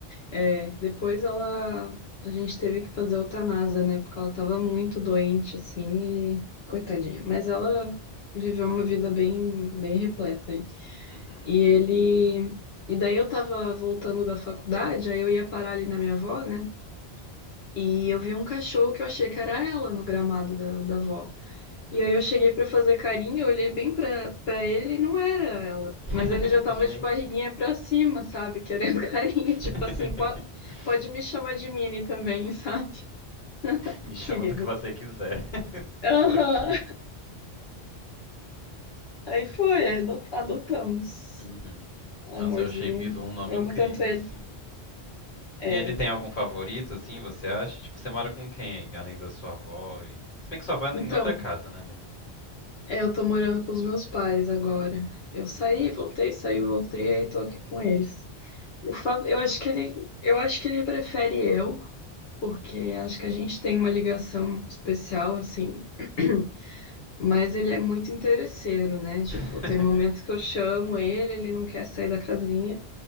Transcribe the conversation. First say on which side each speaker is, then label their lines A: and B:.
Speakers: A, on the left; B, on the left.
A: É, depois ela, a gente teve que fazer eutanásia, né? Porque ela tava muito doente, assim, e coitadinha. Mas ela viveu uma vida bem, bem repleta aí.
B: Uhum.
A: E ele, e daí eu tava voltando da faculdade, aí eu ia parar ali na minha avó, né? E eu vi um cachorro que eu achei que era ela no gramado da, da avó.
B: Uhum.
A: E aí eu cheguei pra fazer carinho, eu olhei bem pra, pra ele e não era ela.
B: <laughs>
A: Mas ele já tava
B: Gente.
A: de barriguinha pra cima, sabe? Querendo <laughs> carinho. Tipo
B: <laughs>
A: assim, pode, pode me chamar de Mini também, <laughs> sabe?
B: Me chama
A: Querido.
B: do que você quiser. <laughs>
A: Aham.
B: Tô aqui.
A: Aí foi, é, ado- adotamos.
B: Uhum.
A: Amorzinho.
B: Nossa, eu achei Bilu um nome
A: Eu
B: incrível,
A: amo tanto ele.
B: assim.
A: É.
B: E ele tem algum favorito, assim, você acha? Tipo, você mora com quem aí, além da sua avó e... Se bem que sua avó é em
A: Então,
B: outra casa, né, mas...
A: é, eu tô morando com os meus pais agora. Eu saí,
B: Uhum.
A: voltei, saí, voltei, aí tô aqui com eles. O Fábio, eu acho que ele, eu acho que ele prefere eu. porque acho que a gente tem uma ligação especial, assim. <clears throat> Mas ele é muito interesseiro, né? Tipo,
B: <laughs>
A: tem momentos que eu chamo ele, ele não quer sair da casinha,